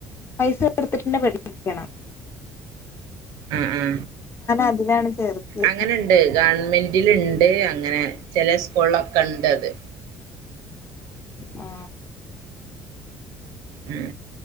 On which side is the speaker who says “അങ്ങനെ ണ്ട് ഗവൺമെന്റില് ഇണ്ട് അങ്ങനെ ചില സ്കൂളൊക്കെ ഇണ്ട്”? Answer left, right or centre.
Right